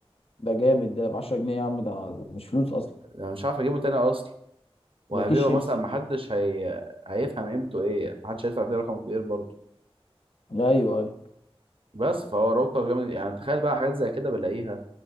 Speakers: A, on the left; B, on the right.
A: ده جامد ده ب 10 جنيه يا عم ده ده مش فلوس اصلا
B: انا مش عارف اجيبه تاني اصلا وهبيعه
A: ده كيس شيبسي
B: مثلا محدش هي... هيفهم قيمته ايه محدش هيدفع فيه رقم كبير برضه
A: ايوه اي
B: بس فهو راوتر جامد يعني تخيل بقى حاجات زي كده بلاقيها